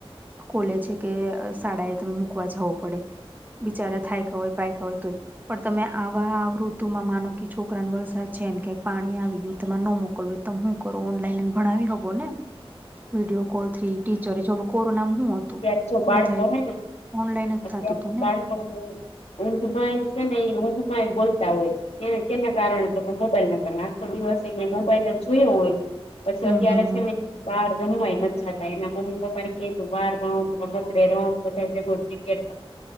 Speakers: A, on the right; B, on the left.
A: કોલેજે કે શાળા એ તમે મુકવા જાઓ પડે. બિચારા થાયકા હોય પાયકા હોય તોય. પણ તમે આવા ઋતુમાં માનો કે છોકરાને વરસાદ છે ને ક્યાંક પાણી આવી ગયું તમારે ન મોકલવું. તમ હું કરો ઓનલાઈન ભણાવી હકો ને વિડીયો કોલ થી? ટીચર જો હવે કોરોનામાં હું હતું
B: અત્યારે જો બાળકો
A: બધા
B: હોય ને,
A: ઓનલાઈન જ થતું
B: અત્યારે
A: હતું ને
B: બાળકોને ઊંઘમાંય છે ને એ ઊંઘમાંય બોલતા હોય. એને કેના કારણે તો મોબાઈલ ના કર આખો દિવસને મોબાઈલ જોયો હોય પછી
A: હમ
B: અત્યારે
A: હમ
B: છે ને બહાર રમવાય નથ જાતા એના મમ્મી પપ્પા એને કે તું બહાર રમ, રમકડે રમ, બધાય ભેગું ક્રિકેટ